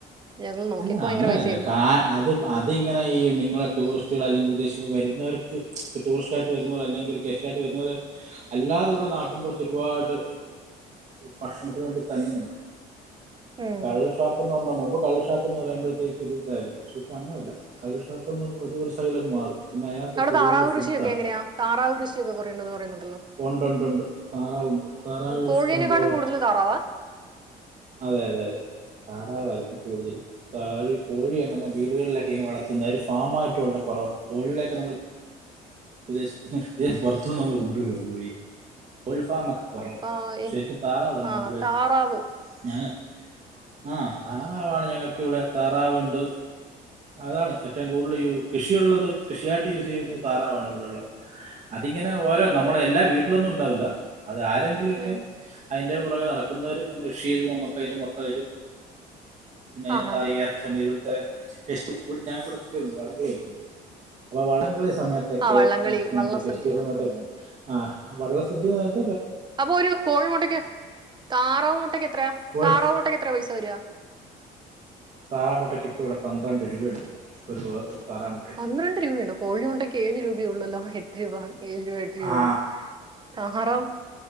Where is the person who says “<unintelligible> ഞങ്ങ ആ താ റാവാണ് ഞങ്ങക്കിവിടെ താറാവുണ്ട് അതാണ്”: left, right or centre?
Right